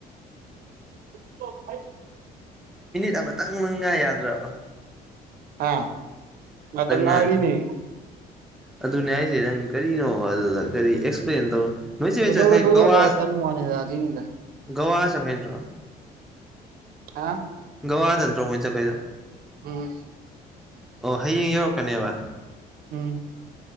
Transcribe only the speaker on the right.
꯫
ꯑꯥ ꯃꯇꯝꯉꯥꯏꯔꯤꯅ‌ꯦ꯫
ꯀꯣꯏꯗꯧꯗ
ꯇꯧꯖꯕ꯭ꯔꯥ
ꯍꯥꯏ ꯇꯟꯕ ꯋꯥꯅꯤꯗ ꯑꯗꯨꯏꯅꯤꯗ
ꯍ꯫
ꯎꯝ꯫
ꯎꯝ꯫